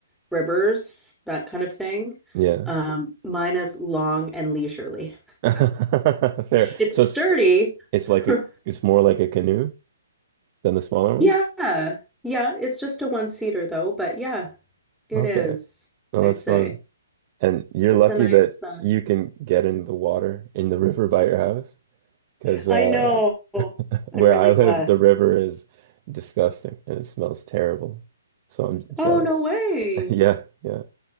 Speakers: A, in the centre; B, on the right.
A: rivers, that kind of thing.
B: Yeah.
A: Um, mine is long and leisurely. <laughs>
B: <laughs> Fair.
A: It's
B: So it's
A: sturdy.
B: it's like
A: <laughs>
B: a it's more like a canoe than the smaller
A: Yeah.
B: ones?
A: Yeah, it's just a one-seater though, but yeah, it
B: Okay.
A: is,
B: Well,
A: I'd
B: that's
A: say.
B: fun. And you're
A: It's
B: lucky
A: a nice
B: that
A: uh,
B: you can get in the water in the river by your house because
A: I
B: uh,
A: know. I'm
B: where
A: really
B: I
A: blessed.
B: live, the river is disgusting and it smells terrible. So I'm jealous.
A: Oh, no way.
B: <laughs> Yeah, yeah.